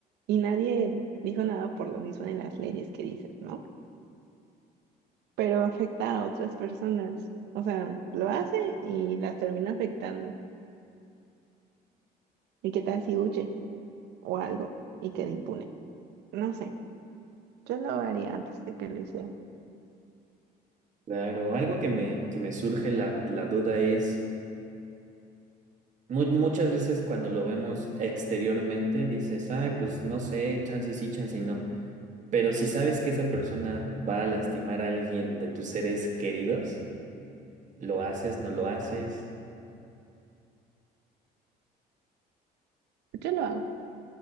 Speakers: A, on the right; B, on the right.
A: y nadie dijo nada por lo mismo de las leyes que dices, ¿no? pero afecta a otras personas. O sea, lo hace y las termina afectando. ¿Y qué tal si huye o algo y queda impune? No sé, yo lo haría antes de que lo hiciera.
B: Claro, algo que me, que me surge la, la duda es, mu- muchas veces cuando lo vemos exteriormente dices, ay, pues no sé, chance y sí, chance y no. Pero si sabes que esa persona va a lastimar a alguien de tus seres queridos, ¿lo haces, no lo haces?
A: Yo lo hago,